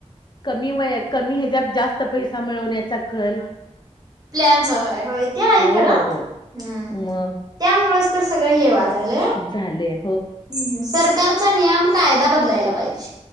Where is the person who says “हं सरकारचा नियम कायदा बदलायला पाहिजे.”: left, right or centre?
Right